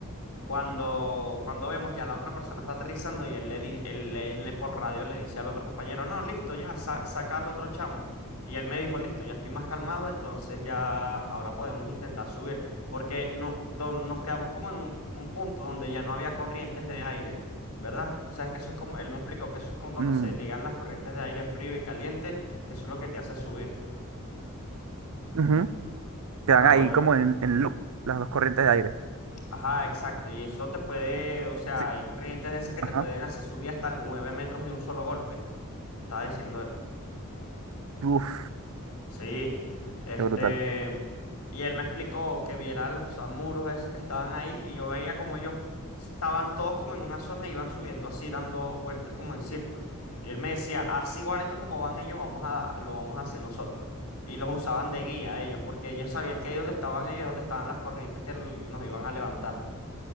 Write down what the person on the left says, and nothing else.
Cuando, cuando vemos ya la otra persona está aterrizando y él le, di- él le- él le por radio le dice al otro compañero, no, listo, ya, sa- saca al otro chamo. Y él me dijo, listo, ya estoy más calmado, entonces ya ahora podemos intentar subir. Porque no, don- nos quedamos como en un, un punto donde ya no había corrientes de aire, ¿verdad? O sea, es que eso es como, él me explicó que eso es como donde
se ligan las corrientes de aire frío y caliente, que eso es lo que te hace subir.
Ah,
bueno.
Ajá, exacto. Y eso te puede, o sea,
hay corrientes de esas que te
pueden hacer subir hasta nueve metros de un solo golpe. Estaba diciendo él.
Sí. Este.
Y él me explicó que viera los samuros esos que estaban ahí. Y yo veía como ellos estaban todos como en una zona y iban subiendo así, dando vueltas como en círculo. Y él me decía, así igualito como van ellos, vamos a, lo vamos a hacer nosotros. Y los usaban de guía ellos, porque ellos sabían que ahí donde estaban ellos, es donde estaban las corrientes que l- nos iban a levantar.